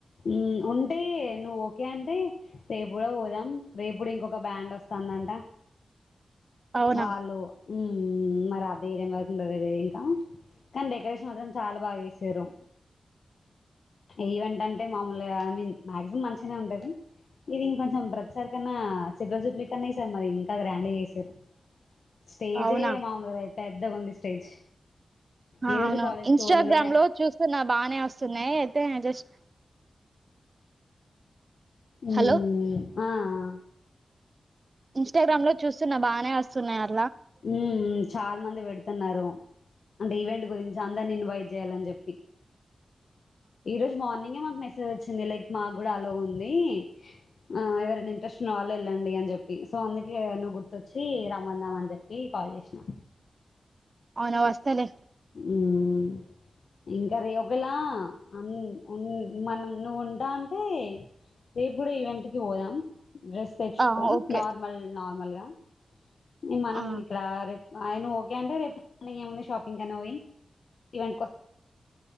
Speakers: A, on the left; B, on the right.
A: ఉమ్ ఉంటే నువ్వు ఓకే అంటే రేపు కూడా పోదాం రేపుడు ఇంకొక బ్యాండ్ వస్తుందంట
B: అవునా
A: వాళ్ళు ఉమ్ మరి అద ఏైరియం వరకు ఉంటదిలిదు ఇంకా కానీ డెకరేషన్ మాత్రం చాలా బాగా చేసిర్రు ఈవెంట్ అంటే అంటే మామూలుగా నిన్ మాక్సిమం మంచిగానే ఉంటది ఇది ఇంకొంచెం ప్రసారి కన్నా సిల్వర్ జూప్లిక్ అన్నా సార్ మరి ఇంకా గ్రాండ్ చేసిర్రు స్టేజే
B: అవునా
A: మామలుగాారు పెద్దగాంది స్టేజ్
B: హ
A: ఈ రోజు
B: అవును
A: కాలేజ్
B: ఇన్స్టాగ్రామ్
A: కి పోలేలేగా
B: లో చూస్తున్న బాగానే వస్తున్నాయి అయితే జస్ట్
A: ఉమ్
B: హలో
A: ఆ ఆ
B: ఇన్స్టాగ్రామ్ లో చూస్తున్నా బానే వస్తున్నయి అవి
A: ఊ ఊ చాలా మంది పెడుతున్నారు అంటే ఈవెంట్ గురించి అందరినీ ఇన్వైట్ చేయాలని చెప్పి ఈరోజు మార్నింగ్ ఇగ మాకు మెసేజ్ వచ్చింది లైక్ మాకు కూడా అలో ఉంది ఆ ఎవరైనా ఇంట్రెస్ట్ ఉన్నవాళ్లు వెళ్ళండి అ చెప్పి సో అందుకే నువ్వు గుర్తొచ్చి రమ్మందామ అని చెప్పి కాల్ చేసినా
B: అవునా వస్తలే
A: ఉమ్ ఇంకా రే ఒకలా అ ఉ మనం నువ్వు ఉంటా అంటే రేపు కూడా ఈవెంట్ కి పోదాం డ్రెస్ తెచ్చుకో
B: ఆ ఓకే
A: నార్మల్ నార్మల్గా ఇ మనం
B: ఆ
A: ఇక్కడ రేపు ఆయన ఓకే అంటే రేపు ఏముంది షాపింగ్ అని పోయి ఈవెంట్ కోం